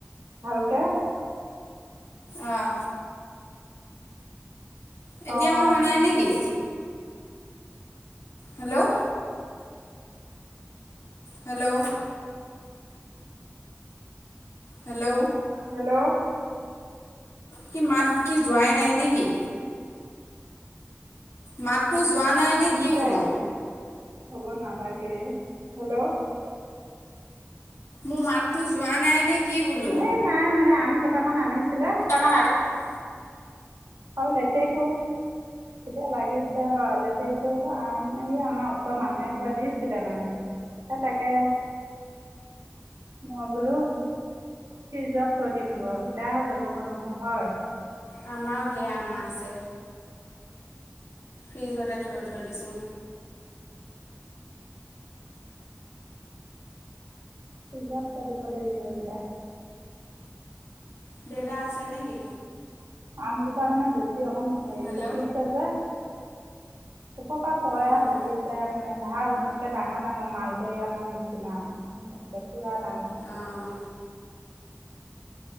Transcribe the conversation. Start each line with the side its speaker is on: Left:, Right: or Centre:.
Right: ভালকে।
Left: অঁ। এতিয়া
Right: অঁ
Left: অহা নাই নেকি? হেল্ল'! হেল্ল'! হেল্ল'!
Right: হেল্ল'!
Left: কি, মাত কি, যোৱাই নাই নেকি? মাতটো যোৱা নাই নে
Right: আম
Left: কি
Right: গেইটা
Left: বোলো
Right: ইয়াত থব নালাগে। হেল্ল'
Left: মোৰ মাতটো যোৱা নাই নেকি বোলো!
Right: এই নাই মানে আম কেইটামান আনিছিলে।
Left: <inaudible>
Right: হয় <inaudible> কক এতিয়া লাগিছে হয়, লেতেকু আম এই আমাৰ ওচৰৰ মানুহে ঘৰত দিছিলে মানে। এ, তাকে মই বোলো ফ্ৰিজত থৈ দিম বাৰু বেয়া যাবগৈ নহয়, হয়।
Left: আমাৰও ঢেৰ আমাৰ আছে, ফ্ৰিজতে থৈ থৈ দিছোঁ।
Right: ফ্ৰিজত থৈ দিব লাগিব এই কেইটা।
Left: দেতা আছে নেকি?
Right: আমকেইটা মানে বেছি অকণ হেৰি
Left: হেল্ল'
Right: পকিছে যে। ওপ পৰা পৰে
Left: অঁ
Right: ফাটিছে মানে ভাল ডাঙৰ-ডাঙৰ মাল। <inaudible> আমৰ নিচিনা <inaudible>
Left: অঁ